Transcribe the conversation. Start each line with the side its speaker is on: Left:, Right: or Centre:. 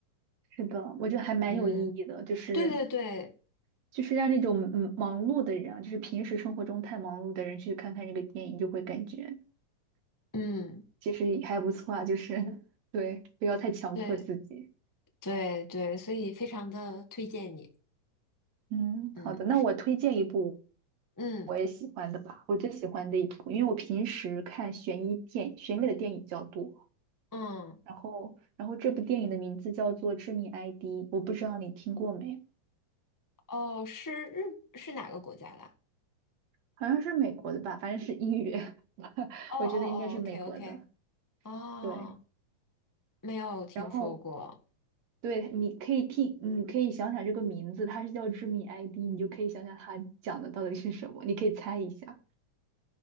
Right: 是的，我觉得还蛮有意义的，
Left: 嗯，
Right: 就是
Left: 对对对，
Right: 就是让那种嗯忙碌的人啊，就是平时生活中太忙碌的人去看看这个电影，就会感觉
Left: 嗯，
Right: 其实还不错啊，就是对，不要太强迫自己。
Left: 对对对，所以非常的推荐你。
Right: 嗯，
Left: 嗯
Right: 好的，那我推荐一部
Left: 嗯
Right: 我喜欢的吧，我最喜欢的一部，因为我平时看悬疑电悬疑类的电影比较多。
Left: 嗯，
Right: 然后，然后这部电影的名字叫做《致命 ID》，我不知道你听过没，
Left: 哦，是日是哪个国家的？
Right: 好像是美国的吧，反正是英语，<laughs>
Left: 哦哦哦，OK
Right: 我觉得应该是美国的。
Left: OK，哦，
Right: 对，
Left: 没有听说过。
Right: 然后对，你可以听，你可以想想这个名字，它是叫《致命 ID》，你就可以想想它讲的到底是什么，你可以猜一下。